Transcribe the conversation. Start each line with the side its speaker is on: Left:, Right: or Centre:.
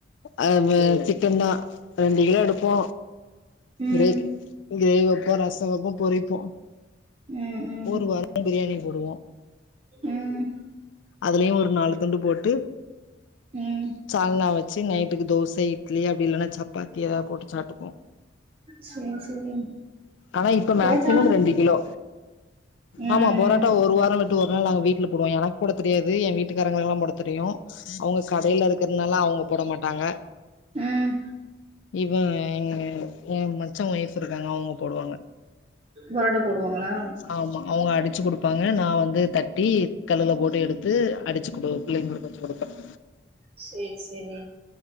Left: அது மாஜிக் சிக்கன்னா ரெண்டு கிலோ எடுப்போ
Right: ம்
Left: கிரேவி கிரேவி வப்போ ரச வப்போ பொறிப்போ
Right: ம் ம்
Left: ஒரு வார பிரியாணி போடுவோ
Right: ம்
Left: அதுலயு ஒரு நாலு துண்டு போட்டு
Right: ம்
Left: சால்னா வச்சு நைட் டுக்கு தோச இட்லி அப்டி இல்லனா சப்பாத்தி எதாவது போட்டு சாப்ட்டுபோ
Right: சேரி சேரி
Left: ஆனா இப்ப
Right: புரோட்டாலா
Left: மேக்சிமம் ரெண்டு கிலோ
Right: ம்
Left: ஆமா பொரோட்டா
Right: ம்
Left: ஒரு வாரம் விட்டு ஒரு நாள் நாங்க வீட்ல போடுவோ. எனக்கு போட தெரியாது என் வீட்டுக்காரங்களுக்குதா போட தெரியு அவங்க கடைல இருக்கிறதுனால அவங்க போட மாட்டாங்க.
Right: ம்
Left: இவன் எங்க என் மச்சன் ஒய்ஃப் இருக்காங்கல அவங்க போடுவாங்க.
Right: பரோட்டா போடுவாங்களா
Left: ஆமா அவங்க அடிச்சு குடுப்பாங்க நா வந்து தட்டி கல்லில போட்டு எடுத்து அடிச்சு குடு பிள்ளைங்களுக்கு கொண்டு குடுப்ப
Right: செரி செரி